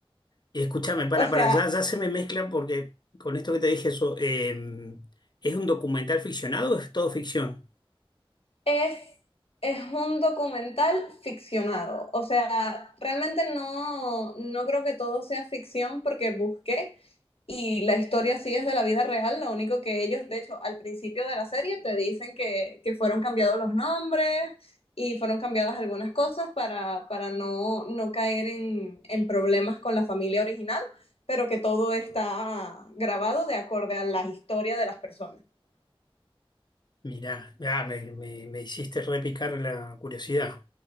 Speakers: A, on the left (about 50°); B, on the left (about 80°).
A: Y escúchame, para,
B: O sea,
A: para, ya, ya se me mezcla porque con esto que te dije, eso, eh, ¿es un documental ficcionado o es todo ficción?
B: Es, es un documental ficcionado. O sea, realmente no, no creo que todo sea ficción porque busqué y la historia sí es de la vida real. Lo único que ellos, de hecho, al principio de la serie te dicen que, que fueron cambiados los nombres y fueron cambiadas algunas cosas para, para no, no caer en, en problemas con la familia original, pero que todo está grabado de acuerdo a la historia de las personas. <laughs>
A: Mirá, ya me, me, me hiciste repicar la curiosidad.